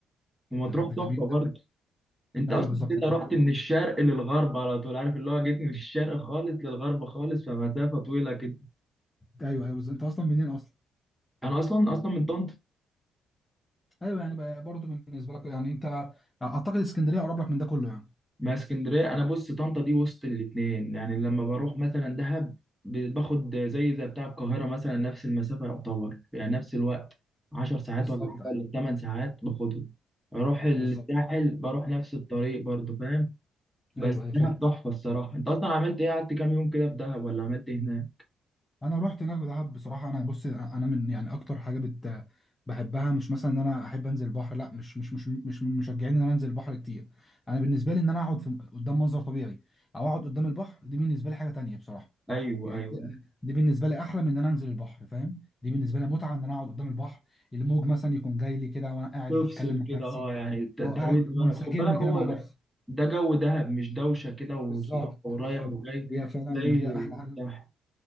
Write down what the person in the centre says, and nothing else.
ومطروح
تحفه
برضه
انت
اصلا
كده
رحت من الشرق للغرب على طول عارف اللي هو جيت من الشرق خالص للغرب خالص فمسافه طويله كده
انا اصلا اصلا من طنطا
ما اسكندريه انا بص طنطا دي وسط الاتنين يعني لما بروح مثلا دهب ب- باخد زي زي بتاع القاهره مثلا نفس المسافه يعتبر يعني نفس الوقت 10 ساعات
ولا حاجه
ولا 8 ساعات باخدهم اروح الساحل
بروح نفس الطريق برضو فاهم بس
دهب
تحفه الصراحه انت اصلا عملت ايه قعدت كام يوم كده في دهب ولا عملت ايه هناك
ايوه
ايوه
تفصل
كده
اه يعني ت- ترويج
دماغك
خد بالك هو
ده ده جو دهب مش دوشه كده وصداع
ورايح
وجاي
زي
الساحل